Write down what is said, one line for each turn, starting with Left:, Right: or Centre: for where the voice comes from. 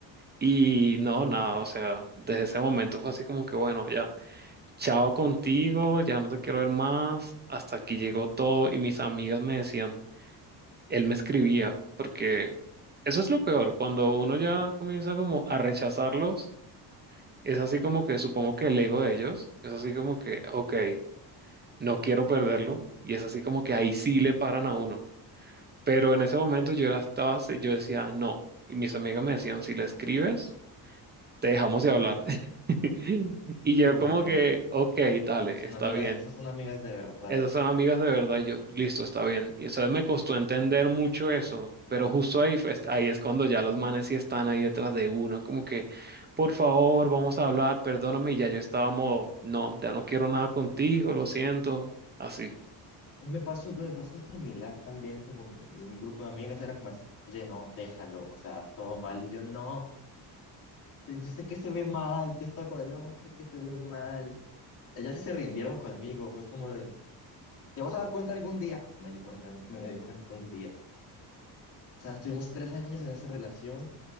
Right: Y no, nada, o sea, desde ese momento fue así como que bueno, ya chao contigo, ya no te quiero ver más, hasta aquí llegó todo y mis amigas me decían, él me escribía, porque eso es lo peor, cuando uno ya comienza como a rechazarlos, es así como que supongo que el ego de ellos, es así como que, ok, no quiero perderlo, y es así como que ahí sí le paran a uno, pero en ese momento yo ya estaba, así- yo decía, no, y mis amigas me decían, si le escribes, te dejamos de hablar. <laughs> Y yo
Left: muy
Right: como
Left: bien.
Right: que, ok, dale,
Left: Esas son
Right: está
Left: amigas,
Right: bien.
Left: esas son amigas de verdad.
Right: Esas son amigas de verdad, y yo, listo, está bien. Y eso me costó entender mucho eso, pero justo ahí, fue- ahí es cuando ya los manes sí están ahí detrás de uno, como que, por favor, vamos a hablar, perdóname, y ya yo estaba modo, no, ya no quiero nada contigo, lo siento, así.
Left: Me pasó, me pasó similar también, como mi, mi, mi grupo de amigas era como, oye, no, déjalo, o sea, todo mal. Y yo, no, yo sé que se ve mal, yo estaba como, no, sé que se ve mal. Ellas sí se rindieron conmigo, fue como de, Te vas a dar cuenta algún día. Me di cuenta, me di cuenta un día. O sea, estuvimos tres años en esa relación